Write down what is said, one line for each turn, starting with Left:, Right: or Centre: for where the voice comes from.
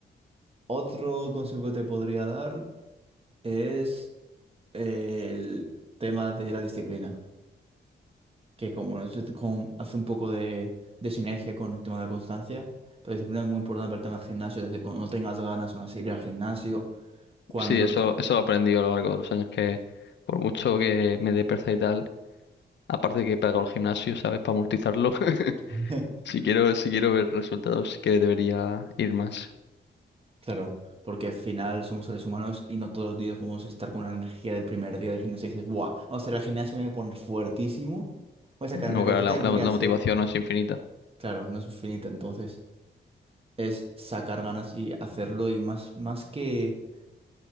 Right: Otro consejo que te podría dar. es el tema de la disciplina, que como eso te- con- hace un poco de, de sinergia con el tema de la constancia, pero la disciplina es muy importante para el tema del gimnasio, es decir, cuando no tengas ganas aún así de ir al gimnasio, cuando
Left: Sí, eso,
Right: te...
Left: eso lo aprendí a lo largo de los años que por mucho que me dé pereza y tal, aparte que he pagado el gimnasio, ¿sabes? Para amortizarlo. <laughs>
Right: <laughs>
Left: Si quiero, si quiero ver resultados, sí que debería ir más.
Right: Claro, porque al final somos seres humanos y no todos los días podemos estar con la energía del primer día del gimnasio y dices, ¡buah! Vamos a ir al gimnasio, me voy a poner fuertísimo, voy a sacarme
Left: No,
Right: la camiseta
Left: claro, la,
Right: y
Left: la-
Right: voy
Left: la
Right: a hacer...
Left: motivación no es infinita.
Right: Claro, no es finito, entonces es sacar ganas y hacerlo y más, más que...